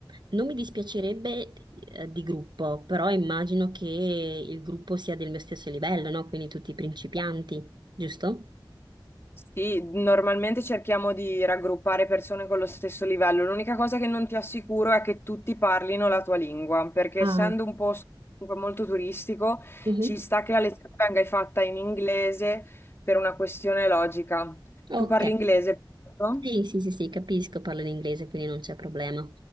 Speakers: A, on the right; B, on the left.
A: non mi dispiacerebbe eh, di gruppo, però immagino che il gruppo sia del mio stesso livello, no? Quindi tutti principianti, giusto?
B: Sì, normalmente cerchiamo di raggruppare persone con lo stesso livello. L'unica cosa che non ti assicuro è che tutti parlino la tua lingua, perché
A: Ah,
B: essendo un posto comunque molto turistico,
A: mhm.
B: ci sta che la lezione venga fatta in inglese per una questione logica.
A: Ok.
B: Tu parli inglese, no?
A: Sì, sì, sì, sì, capisco, parlo in inglese, quindi non c'è problema.